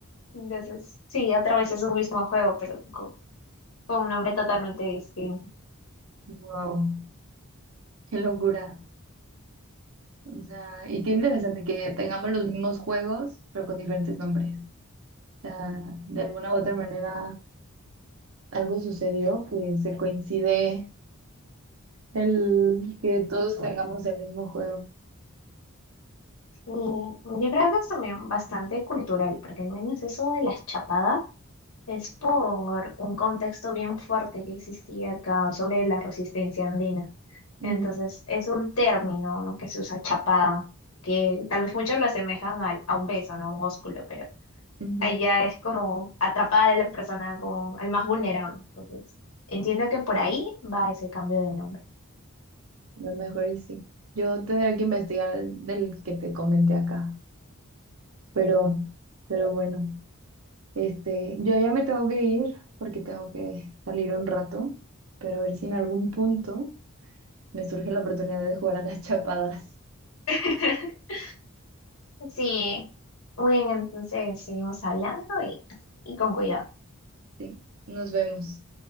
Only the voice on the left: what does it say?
Entonces, sí, otra vez es un mismo juego, pero con, con un nombre totalmente distinto.
Y yo creo que es también bastante cultural, porque al menos eso de las chapadas es por un contexto bien fuerte que existía acá sobre la resistencia andina.
Entonces, es un término, ¿no? que se usa chapada, que tal vez muchos lo asemejan al- a un beso, ¿no? Un ósculo, pero
allá es como atrapada de la persona, como al más vulnerable. Entonces, entiendo que por ahí va ese cambio de nombre.
<laughs> Sí, bueno, entonces seguimos hablando y, y con cuidado.